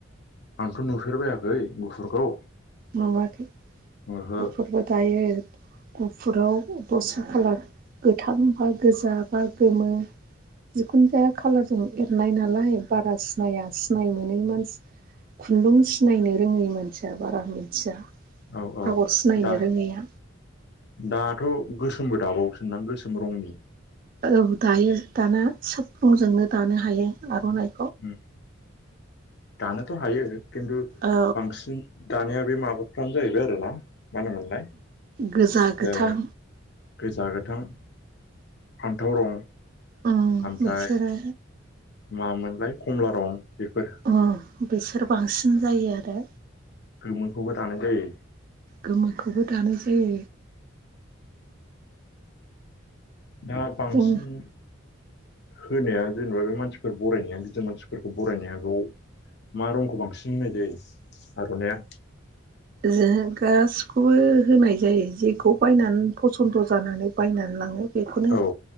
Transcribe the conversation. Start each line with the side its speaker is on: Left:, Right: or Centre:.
Left: आंथ' नुफेरबायाखै गुफुरखौ
Right: नुवाखै
Left: ओहो
Right: गुफुरबो दायो। गुफुराव बसो खालार गोथां बा गोजा बा गोमो जिखुनु जाया कालारजों एरनाय नालाय बारा सिनाया सिनाय मोनै मानसि खुन्दुं सिनायनो रोङै मानसिया बारा मिथिया।
Left: औ औ
Right: आगर सिनायनो
Left: दा
Right: रोङैया
Left: दाथ' गोसोमबो दाबावोसोन दां गोसोम रंनि
Right: औ दायो दाना सोब रंजोंनो दानो हायो आर'नाइ
Left: उम दानोथ' हायो खिन्थु
Right: औ
Left: बांसिन दानाया बे माबाफ्रानो जाहैबाय आरोना मा होनोमोनलाय
Right: गोजा गोथां
Left: ओ गोजा गोथां फान्थाव रं
Right: उम
Left: ओमफ्राय
Right: बैसोरो
Left: मामोनलाय कमला रं बेफोर
Right: उम बिसोर बांसिन जायो आरो।
Left: गोमोखौबो दानाय जायो।
Right: गोमोखौबो दानाय जायो।
Left: दा बांसिन
Right: जों
Left: होनाया जेनेबा बे मानसिफोर बरायनाया गदिर मानसिफोरखौ बरायनाया <unintelligible> मा रंखौ बांसिन होनाय जायो आर'नाया
Right: जों गासिखौबो होनाय जायो जेखौ बायनानै फसन्द' जानानै बायनानै लाङो। बेखौनो
Left: औ